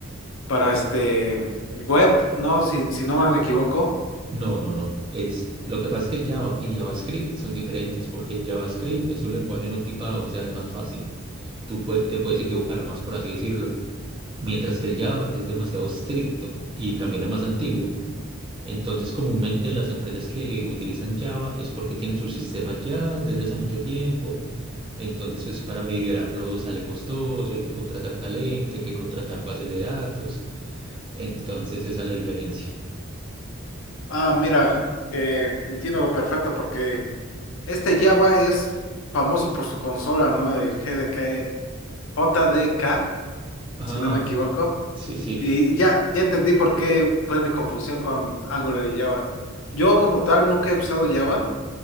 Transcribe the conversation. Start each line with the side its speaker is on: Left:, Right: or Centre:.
Left: para este web, ¿no? Si, si no me equivoco.
Right: No, no, no. Es, lo que pasa es que Java y JavaScript son diferentes porque JavaScript es un lenguaje no tipado, o sea, es más fácil. Tú pue- te puedes equivocar más, por así decirlo. Mientras que el Java es demasiado estricto y también es más antiguo. Entonces, comúnmente las empresas que utilizan Java es porque tienen sus sistemas ya desde hace mucho tiempo. Entonces, pues para migrarlos sale costoso, hay que contratar talento, hay que contratar bases de datos. Entonces, esa es la diferencia.
Left: Ah, mira, que entiendo lo perfecto porque Este Java es famoso por su consola, ¿no? El GDK, JDK,
Right: Ah,
Left: si no me equivoco.
Right: sí, sí.
Left: Y Sí. ya, ya entendí por qué fue mi confusión con Angular y Java. Yo como tal nunca he usado Java.